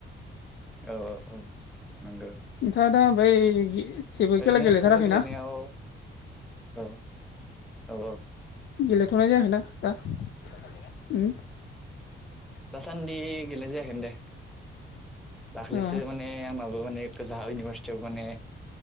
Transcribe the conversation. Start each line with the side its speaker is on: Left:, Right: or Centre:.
Centre: औ औ औ नंगौ
Left: आ दा मफ्राय जेबो खेला
Centre: ओरैनो
Left: गेलेथाराखैनाा
Centre: फुटबल गेलेनायाव औ औ
Left: गेलेथ'नाय जायाखै ना दा उ
Centre: दासान्दि गेले जायाखोन दे दाखैसो
Left: अ
Centre: माने आंनाबो माने गोजा इउनिभारसिटियावबो माने